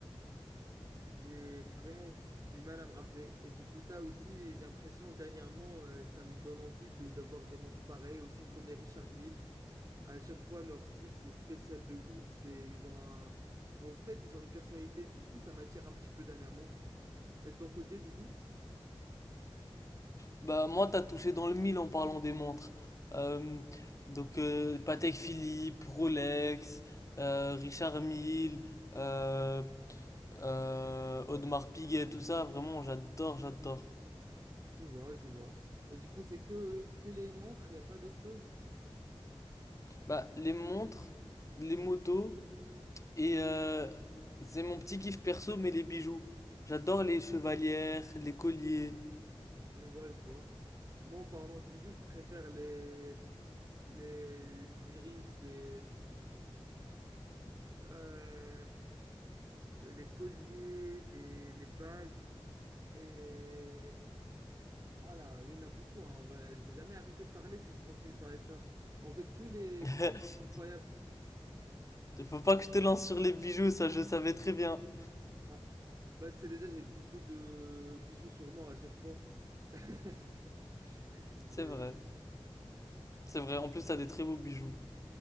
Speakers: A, on the right (about 35°); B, on the left (about 30°).
A: J'ai vraiment du mal à me rappeler. Et du coup, ça aussi, j'ai l'impression, dernièrement, euh, ça me donne envie de d'avoir des montres pareilles, aussi comme les Richard Mille. À chaque fois, leur style, c'est spécial de ouf. C'est, ils ont un... En fait, ils ont une personnalité. Du coup, ça m'attire un petit peu dernièrement. Et de ton côté, du coup?
B: Bah moi t'as touché dans le mille en parlant des montres. Euh, donc euh, Patek Philippe, Rolex, euh, Richard Mille, euh, euh, Audemars Piguet, tout ça, vraiment j'adore, j'adore.
A: Je vois, je vois. Et du coup, c'est que, que les montres, il n'y a pas d'autre chose?
B: Bah les montres, les motos et euh, c'est mon petit kiff perso mais les bijoux. J'adore les chevalières, les colliers.
A: Je vois, je vois. Moi, en parlant de bijoux, je préfère les, les earrings, les, les, euh, les colliers, les, les bagues. Et ah là, il y en a beaucoup. Hein. On va- je vais jamais arrêter de parler si je continue de parler de ça. En fait, tous les
B: <laughs>
A: bijoux sont incroyables.
B: Faut pas que je te lance sur les bijoux, ça je savais très bien.
A: Ah. Bah, tu sais déjà, j'ai beaucoup de bijoux sur moi à chaque fois. <laughs> C'est-
B: C'est vrai, c'est vrai. En plus t'as des très beaux bijoux.